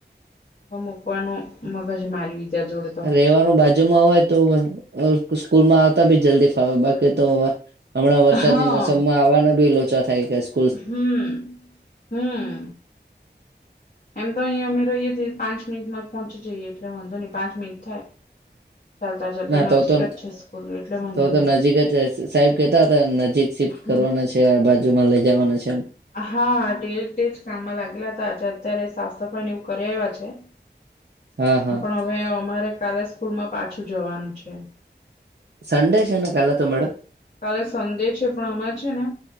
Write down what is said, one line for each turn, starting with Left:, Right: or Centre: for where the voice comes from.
Left: મૂકવાનું મગ છે મારી બીજા જોડે તો
Right: લેવાનું બાજુ માં હોય તો સ્કૂલમાં આવતા બી જલ્દી ફાવે બાકી તો હમણાં વરસાદની
Left: હા
Right: મોસમમાં આવાનો બી લોચા થાય ગયા છે.
Left: હમ હમ એમ તો અહીંયા અમે રહીએીએ પાંચ મિનિટમાં પહોંચી જઈએ એટલે વાંધો નહી પાંચ મિનિટ થાય ચાલતા ચાલતા
Right: ના તો
Left: નજીક
Right: તો
Left: જ છે સ્કૂલ એટલે વાંધો
Right: તો તો નજીક જ સાહેબ કેતા હતા નજીક શિફ્ટ
Left: નહી
Right: કરવાના છે આ બાજુમાં લઈ જવાના છે એમ
Left: હા ડે તેજ કામમાં લાગેલા હતા આજે અત્યારે સાફ સફાઈ ને એવું કરી આવ્યા છે.
Right: <inaudible> હા.
Left: પણ હવે અમારે કાલે સ્કૂલ માં પાછું જવાનું છે.
Right: સન્ેશન કાલે તો મેડમ
Left: કાલે સંડે છે પણ અમાં છે ને